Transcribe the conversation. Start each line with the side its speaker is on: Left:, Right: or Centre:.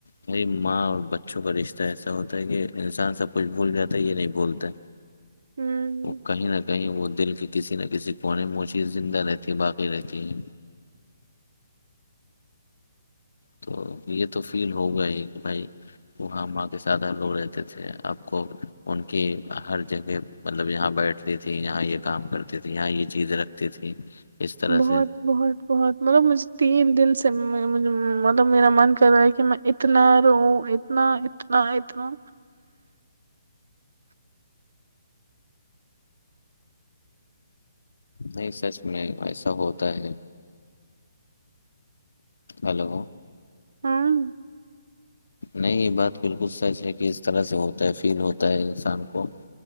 Left: بھائی ماں اور بچوں کا رشتہ ایسا ہوتا ہے کہ انسان سب کچھ بھول جاتا ہے یہ نہیں بھولتا
Right: ہ
Left: وہ کہیں نہ کہیں وہ دل کی کسی نہ کسی پونے موشی زندہ رہتی ہے باقی رہتی ہے
Right: <inaudible>
Left: تو یہ تو فیل ہو گیا ہی کہ بھائی وہاں ماں کے سادھ لوگ رہتے تھے آپ کو ان کی ہر جگہ مطلب یہاں بیٹھتی تھی یہاں یہ کام کرتی تھی یہاں یہ چیزیں رکھتی تھی اس طرح
Right: بہت
Left: سے
Right: بہت بہت مطلب مجھے تین دن سے مطلب میرا من کر رہا ہے کہ میں اتنا رو اتنا اتنا اتنا
Left: نہیں سچ میں ایسا ہوتا ہے ہلو
Right: ہاں
Left: نہیں یہ بات بالکل سچ ہے کہ اس طرح سے ہوتا ہے فیل ہوتا ہے انسان کو